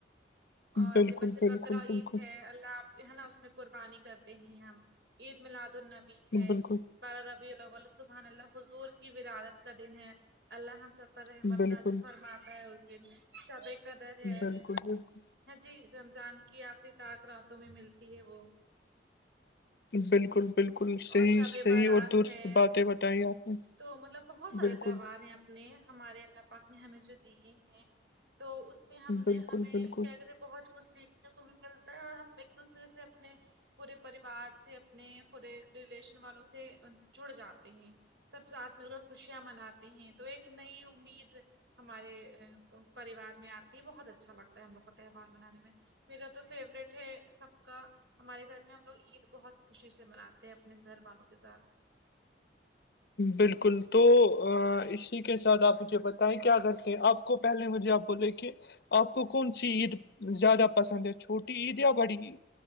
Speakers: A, on the right; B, on the left.
A: اور
B: بالکل
A: بیسے
B: بالکل
A: بکرا عید ہے اللہ آپ ہے نا اس میں قربانی کرتے ہیں ہم عید میلاد النبی ہے
B: بالکل
A: بارہ ربی اللہل سبحن اللہ حضور کی ورادت کا دن ہے اللہ ہم سب پر رحمت
B: بالکل
A: نازل فرماتا ہے اس دن سبے قدر ہے
B: بالکل بالکل
A: ہاں جی رمضان کی آخری طاک راتوں میں ملتی ہے وہ
B: بالکل بالکل صحیح
A: اور شب
B: صحیح
A: بارات
B: اور درست
A: ہے
B: باتیں بتائیں آپ نے
A: تو مطلب بہت سارے
B: بالکل
A: تہوار ہیں یہ نے ہمارے اللہ پاک نے ہمیں جو دیے ہیں تو اس میں ہم
B: بالکل
A: نے ہمیں
B: بالکل
A: کیا کہتے ہیں بہت کچھ سیکھنے کو بھی ملتا ہے اور ہم ایک دوسرے سے اپنے پورے پریوار سے اپنے پورے ریلیشن والوں سے جڑ جاتے ہیں سب ساتھ مل کر خوشیاں مناتے ہیں تو ایک نئی امید ہمارے پریوار میں آتی بہت اچھا لگتا ہے ہم لگ کو تہوار منانے میں میرا تو فیوریٹ ہے سب کا ہمارے گھر میں ہم لوگ عید بہت خوشی سے مناتے ہیں اپنے گھر والوں کے ساتھ
B: بالکل تو اسی کے ساتھ آپ مجھے بتائیں کیا کرتے ہیں آپ کو پہلے مجھے آپ بولے کہ آپ کو کون سی عید زیادہ پسند ہے چھوٹی عید یا بڑی عید